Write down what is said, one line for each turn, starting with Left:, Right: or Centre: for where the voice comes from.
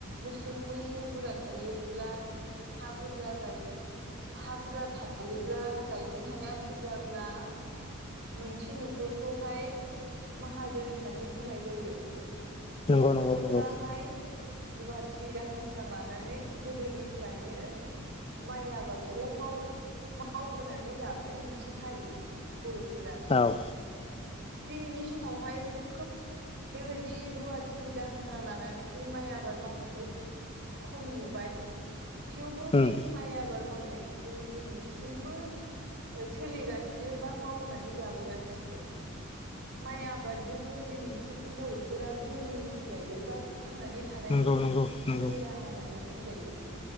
Right: मोसौ मैसो बुरजा थायोब्ला हा बुरजा गाय हा बुरजा थायोब्ला गायगोन हाया बुरजाब्ला मोनसे न'खरखौहाय माहाजोन होननानै बुंनाय जायो
Left: नंगौ
Right: बे न'खराहाय
Left: नंगौ नंगौ
Right: रुवाथि दाहोना लानानै गोदोनिफ्रायनो माइ आबादखौ माव मावबोनानै जाबोनाय मोनसे हारि बर'फोरा
Left: औ
Right: दिनैनि समावहाय खोब बेबायदि रुवाथि दाहोना लानानै माइ आबाद मावनायखौ खम नुबाय थेवबो
Left: उम
Right: बे माइ आबाद मावनायखौ बे खौ दिनैसिमबो सोलिगासिनो बा मावनानै जाबोगासिनो माइ आबादजोंनो दिनैसिम बर'फोरा धोनि होनजायो बा थांनानै थानायनि
Left: नंगौ नंगौ नंगौ
Right: जिउनि राहा होननानै बुंजायो